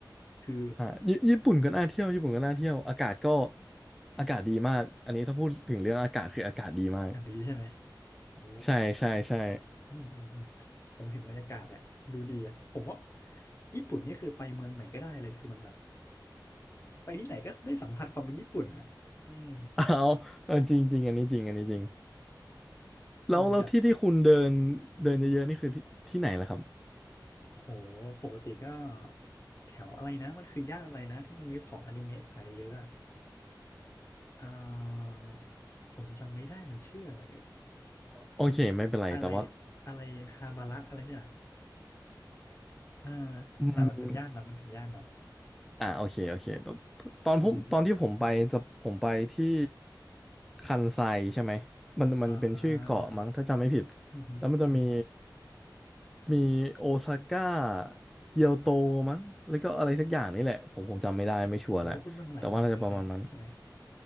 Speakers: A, on the left (about 35°); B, in the centre.
A: คือ
B: อ่าญญี่ปุ่นก็น่าเที่ยวญี่ปุ่นก็น่าเที่ยวอากาศก็อากาศดีมากอันนี้ถ้าพูดถึงเรื่องอากาศคืออากาศดีมาก
A: อันดีใช่ไหมโอ้
B: ใช่ใช่ใช่
A: อืมอืมอืมผมเห็นบรรยากาศแหละดูดีอ่ะผมว่าญี่ปุ่นนี่คือไปเมืองไหนก็ได้เลยคือมันแบบ ไปที่ไหนก็ได้สัมผัสความเป็นญี่ปุ่นอ่ะอืม
B: <laughs> เอาเอาจริงจริงอันนี้จริงอันนี้จริง
A: เออผมอยาก
B: แล้วแล้วที่ที่คุณเดินเดินเยอะๆนี่คือที่ที่ไหนล่ะครับ
A: โอ้โหปกติก็แถวอะไรนะมันคือย่านอะไรนะที่มันมีของอนิเมะขายเยอะอะอ่าผมจำไม่ได้มันชื่ออะไร
B: โอเคไม่เป็นไรแต่ว่า
A: อะไรอะไรฮาบาระอะไรใช่ไหมอ่า
B: อืม
A: แต่มันเป็นย่านนั้นมันเป็นย่านนั้น
B: อ่าโอเคโอเคตอนตอนผมตอนที่ผมไปจะผมไปที่
A: อือฮึ
B: คันไซใช่ไหมมันมันเป็นชื่อเกาะมั้งถ้าจำไม่ผิด
A: อ่าอือฮึอือฮึ
B: แล้วมันจะมีมีโอซาก้าเกียวโตมั้งแล้วก็อะไรสักอย่างนี่แหละผมคงจำไม่ได้ไม่ชัวร์แหละแต่ว่าน่าจะประมาณนั้น
A: โหคุณไปมาหลายเมืองเลยนะเนี่ยใช่ไหม